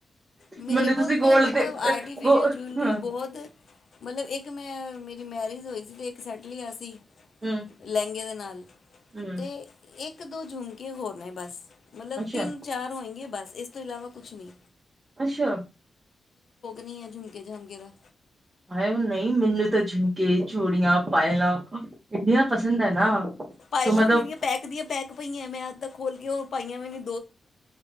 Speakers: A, on the left (about 55°); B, on the right (about 20°).
A: ਮੇਰੇ
B: ਮੈਨੂੰ
A: ਕੋਲ
B: ਤੁਸੀਂ ਗੋਲਡ
A: ਤੇ ਮਤਲਬ ਆਰਟੀਫਿਸ਼ਲ
B: ਗੋ
A: ਜੂਲਰੀ
B: ਹਾਂ
A: ਬਹੁਤ, ਮਤਲਬ ਇੱਕ ਮੈਂ ਮੇਰੀ ਮੈਰਿਜ ਹੋਈ ਸੀ ਤੇ ਇੱਕ ਸੈਟ ਲਿਆ ਸੀ।
B: ਹੂੰ
A: ਲਹਿੰਗੇ ਦੇ ਨਾਲ
B: ਹੂੰ
A: ਤੇ ਇੱਕ ਦੋ ਜੂਨ ਕੀ ਹੋਰ ਨੇ ਬਸ। ਮਤਲਬ
B: ਅੱਛਾ
A: ਤਿੰਨ-ਚਾਰ ਹੋਏਗੇ ਬਸ। ਇਸ ਤੋਂ ਇਲਾਵਾ ਕੁਛ ਨੀ
B: ਅੱਛਾ
A: ਨੀ ਹੈ ਝੁਮਕੇ-ਝਾਮਕੇ ਦਾ।
B: ਹਾਏ ਓ ਨਹੀਂ ਮੈਨੂੰ ਤਾਂ ਝੁਮਕੇ, ਚੂੜੀਆਂ, ਪਾਯਲਾਂ ਇੰਨੀਆਂ ਪਸੰਦ ਹੈ ਨਾ
A: ਪਾਇਲਾਂ
B: ਤੋ ਮਤਲਬ
A: ਮੇਰੀਆਂ ਪੈਕ ਦੀਆਂ ਪੈਕ ਪਈਆਂ ਮੈਂ ਅੱਜ ਤਕ ਖੋਲ ਕੇ ਉਹ ਪਾਈਆਂ ਵੀ ਨੀ